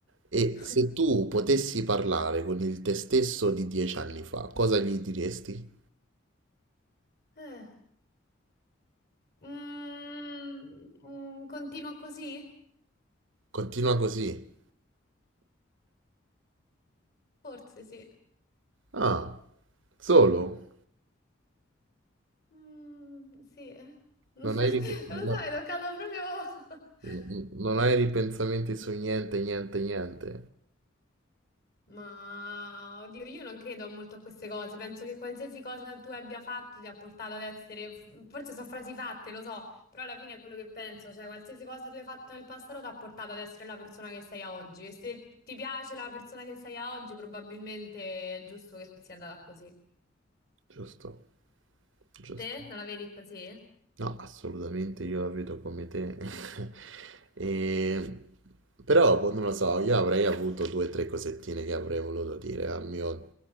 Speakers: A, on the right; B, on the left.
A: E
B: <laughs>
A: se tu potessi parlare con il te stesso di dieci anni fa, cosa gli diresti?
B: Eh. Mm, mm, continua così?
A: Continua così.
B: Forse sì.
A: Ah, solo?
B: Mm, sì, eh. <laughs> Non
A: Non
B: lo so,
A: hai, rip- no-
B: è toccato proprio... <laughs>
A: n- non hai ripensamenti su niente, niente, niente.
B: Ma, oddio, io non credo molto a queste cose. Penso che qualsiasi cosa tu abbia fatto ti ha portato ad essere... Forse sono frasi fatte, lo so, però alla fine è quello che penso. Cioè, qualsiasi cosa tu hai fatto nel passato ti ha portato ad essere la persona che sei a oggi. E se ti piace la persona che sei a oggi, probabilmente è giusto che sia andata così.
A: Giusto, giusto.
B: Te non la vedi così?
A: No, assolutamente io la vedo come te. <laughs> E- Però, boh, non lo so, io avrei avuto due o tre cosettine che avrei voluto dire al mio